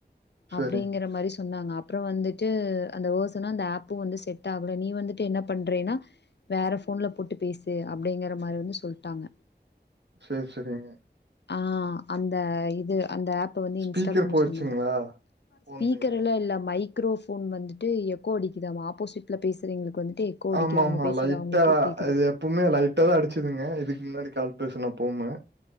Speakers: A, on the right (about 85°); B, on the left (about 80°).
A: சரிங்
B: அப்டிங்கற மாரி சொன்னாங்க அப்பறோ வந்துட்டு அந்த வெர்சனு அந்த ஆப்பும் வந்து செட் ஆகல நீ வந்துட்டு என்ன பண்றேன்னா வேற ஃபோன்ல போட்டு பேசு அப்டிங்கற மாரி வந்து சொல்ட்டாங்க
A: சேரி சேரிங்க
B: ஆ அந்த இது அந்த ஆப் ப வந்து
A: ஸ்பீக்கர்
B: இன்ஸ்டால் பண்ண
A: போயிருச்சுங்களா?
B: சொன்னாங்க
A: ஃபோன்லைங்க.
B: ஸ்பீக்கர்லா இல்ல மைக் ரோ ஃபோன் வந்துட்டு எக்கோ அடிக்குதாமா ஆப்போசிட்ல பேசுறவங்களுக்கு வந்துட்டு எக்கோ அடிக்குது
A: ஆமா
B: அவங்க
A: ஆமா
B: பேசுறது
A: லைட்டா
B: அவங்களுக்கே கேக்குது
A: அது இப்பவுமே லைட்டாதா அடிச்சதுங்க இதுக்கு முன்னாடி கால் பேசுனப்போவுமே